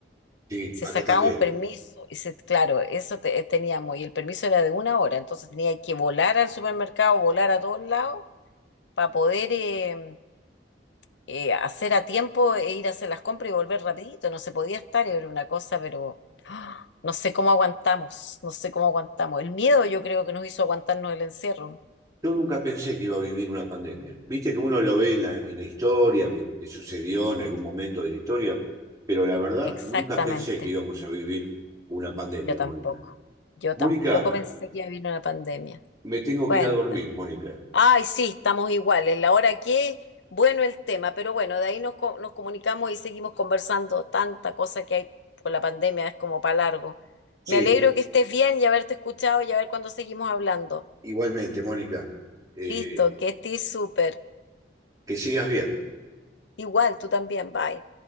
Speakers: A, on the right; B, on the left.
A: Sí,
B: Se
A: acá
B: sacaba
A: también.
B: un permiso y se, claro, eso te- eh, teníamos y el permiso era de una hora, entonces tenía que volar al supermercado, volar a todos lados para poder eh, eh, hacer a tiempo e ir a hacer las compras y volver rapidito. No se podía estar, era una cosa, pero ¡ah! no sé cómo aguantamos, no sé cómo aguantamos. El miedo yo creo que nos hizo aguantarnos el encierro.
A: Yo nunca pensé que iba a vivir una pandemia. Viste que uno lo ve en la, en la historia, que, que sucedió en algún momento de la historia, pero la verdad
B: Exactamente,
A: nunca pensé que íbamos a vivir una pandemia,
B: yo tampoco.
A: Mónica.
B: Yo
A: Mónica,
B: tampoco pensé que iba a venir una pandemia.
A: me tengo
B: Cuenta.
A: que ir a dormir, Mónica.
B: Ay, sí, estamos iguales. La hora que, bueno el tema, pero bueno, de ahí nos, co- nos comunicamos y seguimos conversando. Tanta cosa que hay con la pandemia es como para largo.
A: Sí,
B: Me alegro que estés bien y haberte escuchado y a ver cuándo seguimos hablando.
A: igualmente, Mónica. Eh,
B: Listo, que estés súper.
A: Que sigas bien.
B: Igual, tú también, bye.